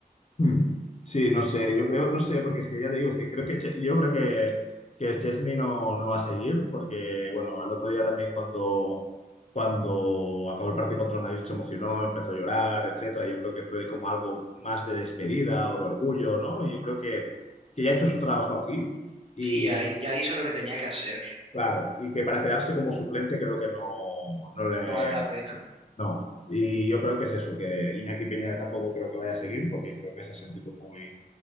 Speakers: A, on the left; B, on the right.
A: Hmm. Sí, no sé, yo creo, no sé, porque es que ya te digo, es que creo que Che- yo creo que, que Chesney no, no va a seguir, porque bueno, el otro día también cuando, cuando acabó el partido contra el Madrid se emocionó, empezó a llorar, etcétera. Yo creo que fue como algo más de despedida o de orgullo, ¿no? Y yo creo que, que ya ha hecho su trabajo aquí y
B: Sí, ya, hi- ya hizo lo que tenía que hacer.
A: claro, y que para quedarse como suplente creo que no, no le,
B: No vale la pena.
A: no, y yo creo que es eso, que Iñaki Peña tampoco creo que vaya a seguir, porque creo que se ha sentido muy,